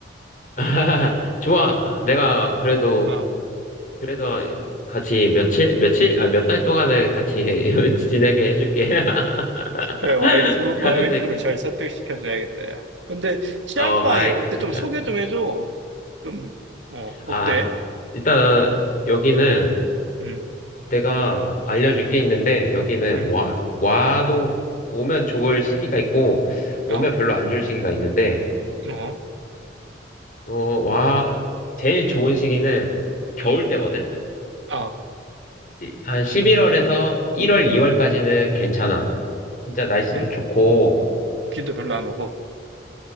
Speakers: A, on the left; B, on the right.
A: <laughs> 좋아. 내가 그래도,
B: 어.
A: 그래도 같이 며칠, 며칠? 아, 몇 달 동안은 같이 <laughs> 지내게 해줄게. <laughs>
B: 네, 와이프,
A: 가족들,
B: 와이프를 잘 설득시켜줘야겠다. 야. 근데 치앙마이
A: 어, 아이,
B: 어때?
A: 걱정.
B: 좀 소개 좀 해줘. 좀, 어, 어때?
A: 아, 일단 여기는
B: 음,
A: 내가 알려줄 게 있는데, 여기는
B: 음,
A: 와, 와도, 오면 좋을 시기가 있고, 오면
B: 어,
A: 별로 안 좋을 시기가 있는데,
B: 어,
A: 어, 와, 제일 좋은 시기는 겨울 때거든?
B: 아,
A: 이- 한 11월에서 1월, 2월까지는 괜찮아. 진짜 날씨도
B: 빈,
A: 좋고,
B: 비도 별로 안 오고.